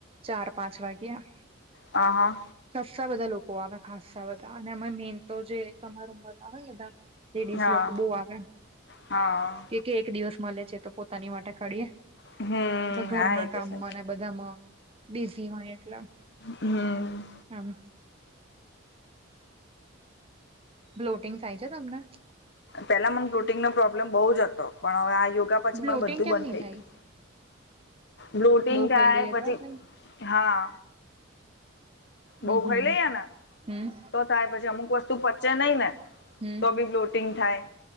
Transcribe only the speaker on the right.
ચાર-પાંચ વાગ્યા.
ખસ્સા બધા લોકો આવે ખસ્સા બધા અને અમે મેન તો જે તમારા ઉંમરના હોય બધા લેડીસ
લોકો બો આગળ
કે કે એક દિવસ મળે છે, તો પોતાની માટે કાડીએે.
ઘરના
કામમાં
મને બધામાં બિઝી હોય એટલા.
આમ. બ્લોટિંગ થાય છે તમને?
બ્લોટિંગ
કેમ
નહી
થાય
બહુ
ખાઈ લઈએ
તો થાય
હમ
હમ
હમ
હમ